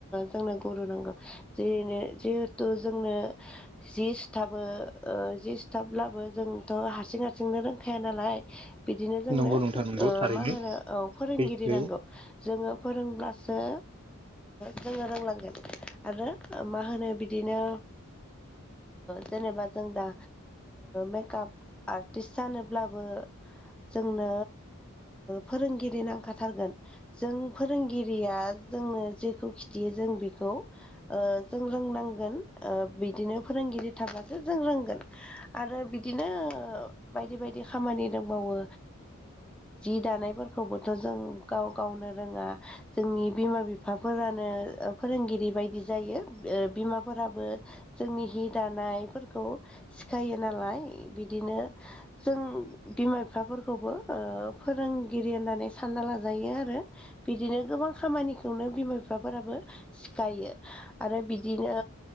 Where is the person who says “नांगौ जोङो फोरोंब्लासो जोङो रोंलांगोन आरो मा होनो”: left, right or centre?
Centre